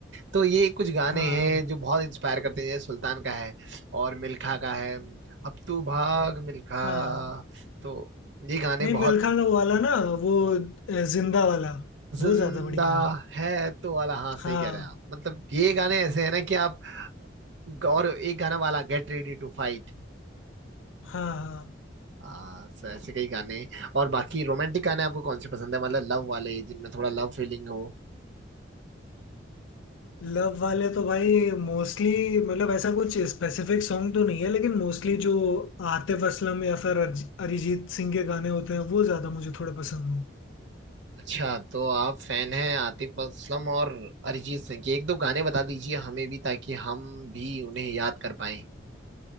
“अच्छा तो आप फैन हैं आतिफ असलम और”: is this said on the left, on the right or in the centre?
Right